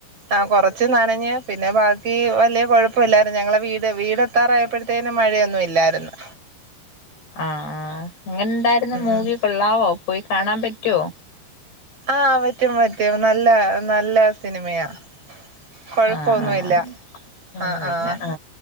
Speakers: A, on the right; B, on the left.
A: ആ കൊറച്ച് നനഞ്ഞ് പിന്നെ ബാക്കി വലിയ കൊഴപ്പല്ലായിരുന്നു ഞങ്ങളെ വീട് വീടെത്താറായപ്പഴേക്കും പിന്നെ മഴയില്ലായിരുന്നു
B: ആആഹ് എങ്ങനെ ണ്ടായിരുന്നു മൂവി
A: ഉം
B: കൊള്ളാവോ പോയി കാണാൻ പറ്റുവോ
A: ആഹ് പറ്റും പറ്റും നല്ല നല്ല സിനിമയാ കൊഴപ്പൊന്നുല്ല
B: ആ ആ അതുപിന്നെ
A: ആഹ് ആഹ്
B: ആ